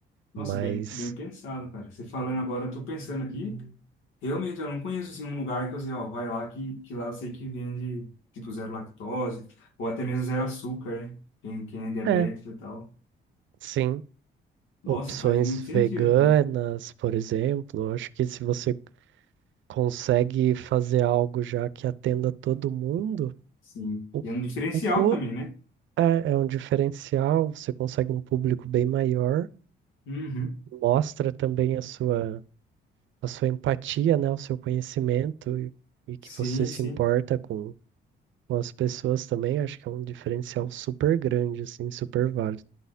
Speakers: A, on the left; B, on the right.
A: Nossa,
B: Mas,
A: bem, bem pensado, cara. Você falando agora, eu tô pensando aqui. Realmente, eu não conheço, assim, um lugar que eu sei, ó, vai lá que, que lá eu sei que vende, tipo, zero lactose, ou até mesmo zero açúcar, né? Quem, quem é diabético
B: é,
A: e tal.
B: sim.
A: Nossa,
B: Opções
A: faz muito
B: veganas,
A: sentido, cara.
B: por exemplo. eu Acho que se você consegue fazer algo já que atenda todo mundo,
A: Sim.
B: o,
A: E é um diferencial
B: o cu
A: também, né?
B: é, é um diferencial, você consegue um público bem maior
A: Uhum.
B: mostra também a sua, a sua empatia, né? O seu conhecimento e, e que
A: Sim,
B: você se
A: sim.
B: importa com, com as pessoas também. Acho que é um diferencial super grande, assim, super válido.